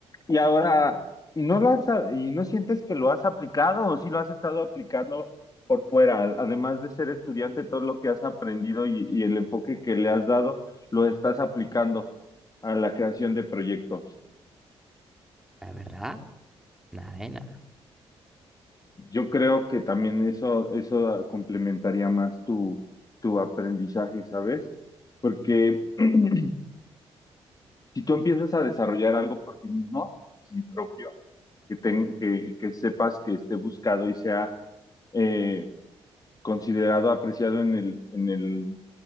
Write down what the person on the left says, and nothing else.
y ahora, ¿y no lo has, y no sientes que lo has aplicado o si lo has estado aplicando por fuera? Además de ser estudiante, todo lo que has aprendido y, y el enfoque que le has dado, lo estás aplicando a la creación de proyectos.
Yo creo que también eso, eso complementaría más tu, tu aprendizaje, ¿sabes? Porque <clears throat> si tú empiezas a desarrollar algo por ti mismo, sí propio, que, ten- que, que sepas que esté buscado y sea eh, considerado, apreciado en el, en el